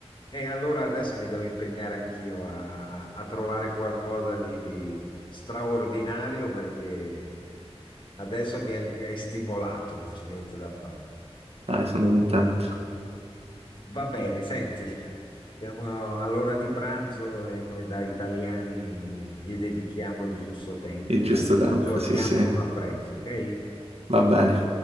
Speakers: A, on the left; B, on the right.
A: E allora adesso mi devo impegnare anch'io a, a- a trovare qualcosa di, di straordinario perché adesso mi hai mi hai stimolato, non c'è niente da fare.
B: Dai, sono contento.
A: Va bene, senti. Siamo all'ora di pranzo e noi da italiani gli dedichiamo il giusto tempo,
B: Il giusto
A: dai.
B: tempo,
A: Ci aggiorniamo
B: sì, sì.
A: a presto, ok?
B: Va bene.